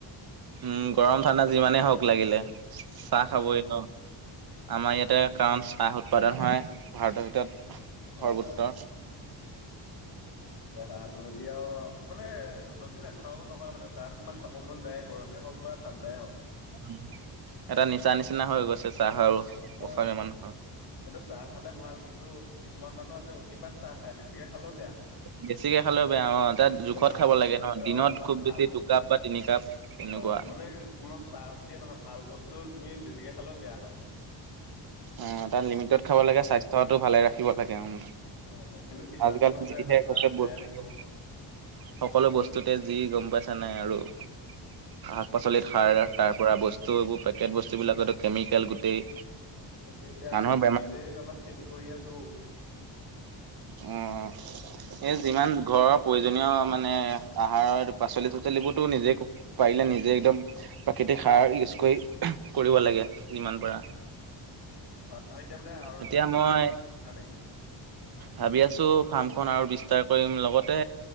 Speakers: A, on the right; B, on the left.
A: উম গৰম ঠাণ্ডা যিমানেই হওক লাগিলে চাহ খাবই ন। আমাৰ ইয়াতে কাৰণ চাহ উৎপাদন হয় ভাৰতৰ ভিতৰত
B: হয়
A: সৰ্বোত্তৰ।
B: হয় এতিয়া চাহটো যদি আও মানে যদি নাখাও নহয় মানে চাহটো তোমাক খাব মন যায় গৰমেই হওক বা ঠাণ্ডাই হওক।
A: উম, এটা নিচা নিচিনা হৈ গৈছে। চাহৰ
B: অৱ হয়।
A: অসমীয়া মানুহৰ।
B: এইটো চাহ খালে ভাল কিন্তু, কিছুমান মানুহ আছে অতিপাত চাহ খায় বেছিকৈ খালেও বেয়া।
A: বেছিকে খালেও বেয়া অৱ, তাত জোখত
B: যে ভাল
A: খাব লাগে ন দিনত
B: অ
A: খুব বেছি
B: ভাল
A: দুকাপ বা তিনি কাপ। তেনেকুৱা।
B: হয় মানে তোমাৰ চাহ বুলিয়ে নহয় ভাল বস্তু তুমি বেছিকৈ খালেও বেয়া হয়।
A: অৱ, এটা লিমিটত খাব লাগে স্বাস্থ্যটো ভালে ৰাখিব লাগে উম।
B: হয় হয় কিন্তু কিছুমান
A: আজি
B: মানুহ
A: কালি
B: আছে এটা চাহ খায়ে থাকিব
A: <unintelligible> সকলো বস্তুতে যি গম পাইছা নাই আৰু। শাক পাচলিত সাৰ তাৰ পৰা বস্তু এইবোৰ পেকেট বস্তু বিলাকো কেমিকেল গোটেই।
B: তাকেই এতিয়া
A: মানুহৰ
B: নিজে অলপ খেতি কৰি আছোঁ।
A: অৱ অৱ। এই যিমান ঘৰৰ প্ৰয়োজনীয় মানে আহাৰৰ পাচলি চাচলিবোৰতো নিজে ক পাৰিলে নিজে একদম প্ৰাকৃতিক সাৰ ইউজ কৰি কৰিব লাগে যিমান পাৰা।
B: <unintelligible>
A: এতিয়া মই ভাবি আছো ফাৰ্মখনন আৰু বিস্তাৰ কৰিম লগতে।